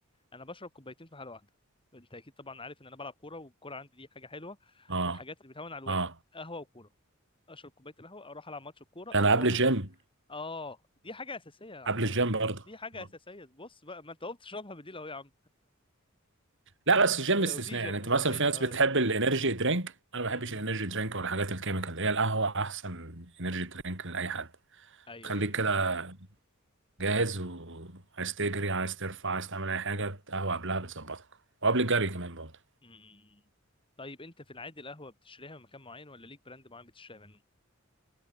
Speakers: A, on the left; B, on the right.
A: انا بشرب كوبايتين في حاله واحده انت اكيد طبعا عارف ان انا بلعب كوره والكوره عندي دي حاجه حلوه
B: أه
A: من الحاجات اللي بتهون على الواحد
B: أه
A: قهوه وكوره اشرب كوبايه القهوه اروح العب ماتش الكوره اروح
B: أنا قبل الجيم
A: اه دي حاجة أساسية يا عمورة
B: قبل الجيم برضه
A: دي حاجة
B: آه.
A: أساسية بص بقى ما أنت قمت تشربها بالليل أهو يا عم
B: لا بس الجيم
A: لو
B: استثناء
A: في جيم
B: يعني انت
A: لو
B: مثلا
A: في
B: في
A: ج...
B: ناس
A: آه،
B: بتحب
A: لا.
B: الانرجي درينك انا ما
A: م-
B: بحبش
A: م.
B: الانرجي درينك ولا الحاجات الكيميكال هي القهوه احسن انرجي درينك لاي حد
A: أيوه
B: تخليك
A: أيوه
B: كده جاهز وعايز تجري عايز ترفع عايز تعمل اي حاجه القهوه قبلها بتظبطك وقبل الجري
A: م- م.
B: كمان برضه
A: م- م. طيب أنت في العادي القهوة بتشتريها من مكان معين ولا ليك براند معين بتشتريها منه؟